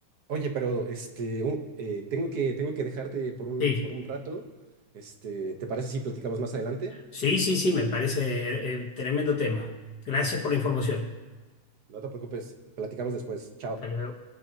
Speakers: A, on the right; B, on the left.
A: Oye, pero este u- eh, tengo que tengo que dejarte por un
B: Sí,
A: por un rato. Este, ¿te parece si platicamos más adelante?
B: sí, sí, sí, me parece eh, tremendo tema. Gracias por la información.
A: No te preocupes, platicamos después. Chao.
B: Hasta luego.